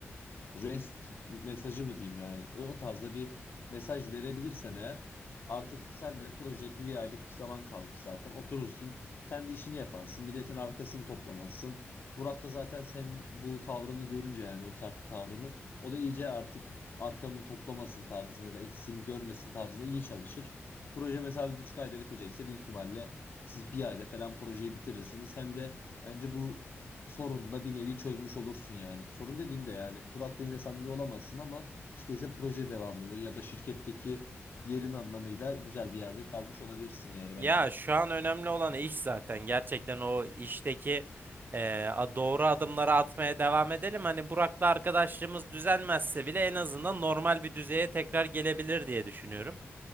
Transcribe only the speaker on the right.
Ya
şu an önemli olan iş zaten. Gerçekten o işteki e, a- doğru adımları atmaya devam edelim. Hani Burak'la arkadaşlığımız düzelmezse bile en azından normal bir düzeye tekrar gelebilir diye düşünüyorum.